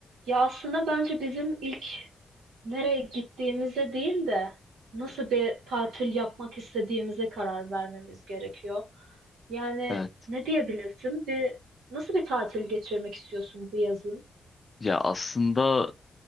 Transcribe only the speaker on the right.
Ya aslında bence bizim ilk nereye gittiğimize değil de nasıl bir tatil yapmak istediğimize karar vermemiz gerekiyor. Yani
ne diyebilirsin? Bir nasıl bir tatil geçirmek istiyorsun bu yazın?